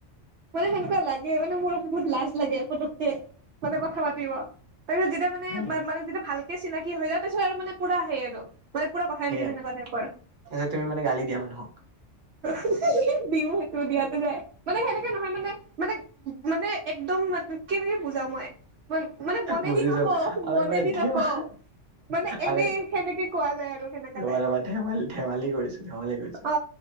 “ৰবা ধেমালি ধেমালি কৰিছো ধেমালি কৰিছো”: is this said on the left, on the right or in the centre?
Right